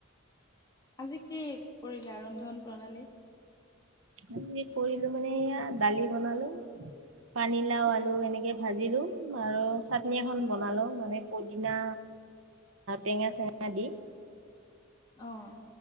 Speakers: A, on the left (about 20°); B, on the right (about 70°).
A: আজি কি কৰিলে ৰন্ধন প্ৰণালী?
B: আ, কৰিলো মানে এয়া দালি বনালো। পানীলাও,
A: অ
B: আলু এনেকে ভাজিলোঁ আৰু চাটনি এখন
A: উম
B: বনালো মানে দিনা টেঙা চেঙা দি।
A: অ',